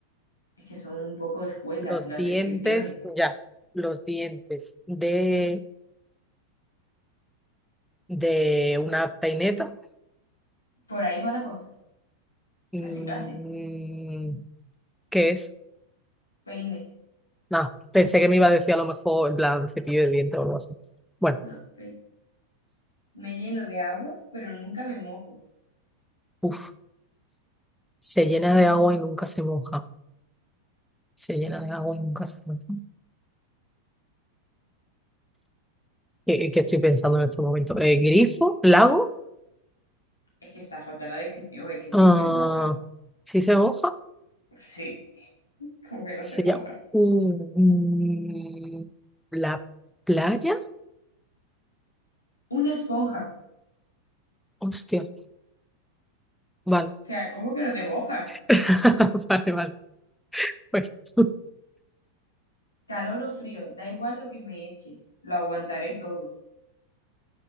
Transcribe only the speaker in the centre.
Los
dientes,
ya, los dientes de, de una peineta.
Mm,
¿qué es?
No, pensé que me iba a decir a lo mejor en plan cepillo de dientes o algo así. Bueno,
uff, se llena de agua y nunca se moja. Se llena de agua y nunca se moja. ¿Qué, qué estoy pensando en este momento? Eh, ¿grifo? ¿Lago?
Ah,
¿sí se moja?
Se
llama... Mm, ¿la playa?
Hostia, vale.
<laughs> Vale, vale. Pues <laughs>